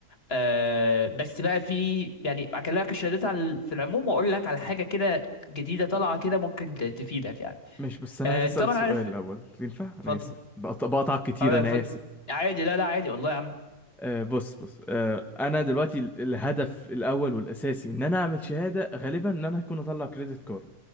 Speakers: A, on the left; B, in the centre.
A: آه بس بقى في يعني اكلمك الشهادات على في العموم واقول لك على حاجه كده جديده طالعه كده ممكن ت- تفيدك يعني
B: ماشي بس انا
A: آه
B: عايز اسال
A: انت طبعا
B: سؤال
A: عارف
B: الاول ينفع
A: اتفضل
B: انا اسف بقط- بقطعك كتير
A: اه لا
B: انا
A: اتفضل
B: اسف
A: عادي لا لا عادي والله يا عم
B: آه، بص بص آه، انا دلوقتي ال- الهدف الاول والاساسي ان انا اعمل شهاده غالبا ان انا هكون اطلع كريدت كارد